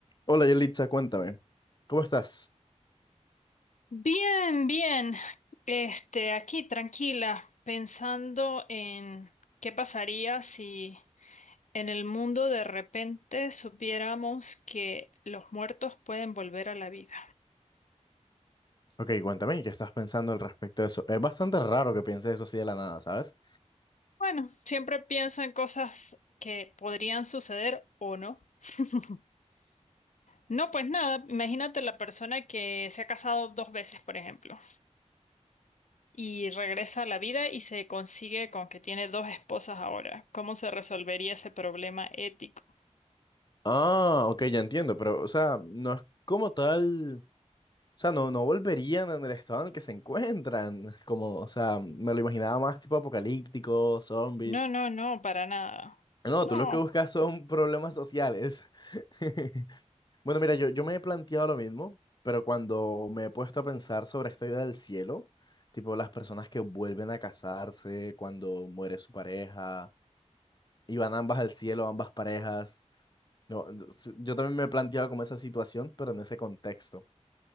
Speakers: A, on the left; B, on the left.
A: Hola Yelitza, cuéntame, ¿cómo estás?
B: Bien, bien. Este, aquí tranquila, pensando en qué pasaría si en el mundo de repente supiéramos que los muertos pueden volver a la vida.
A: Ok, cuéntame, ¿y ¿qué estás pensando al respecto de eso? Es bastante raro que pienses eso así de la nada, ¿sabes?
B: Bueno, siempre pienso en cosas que podrían suceder o no. <laughs> No, pues nada, imagínate la persona que se ha casado dos veces, por ejemplo, y regresa a la vida y se consigue con que tiene dos esposas ahora. ¿Cómo se resolvería ese problema ético?
A: Ah, ok, ya entiendo, pero, o sea, no es como tal, o sea, no, no volverían en el estado en el que se encuentran, como, o sea, me lo imaginaba más tipo apocalíptico, zombies.
B: No, no, no, para nada.
A: No,
B: No,
A: tú lo que buscas son problemas sociales. <laughs> Bueno, mira, yo, yo me he planteado lo mismo, pero cuando me he puesto a pensar sobre esta idea del cielo, tipo las personas que vuelven a casarse cuando muere su pareja y van ambas al cielo, ambas parejas. No, no, s- yo también me he planteado como esa situación, pero en ese contexto.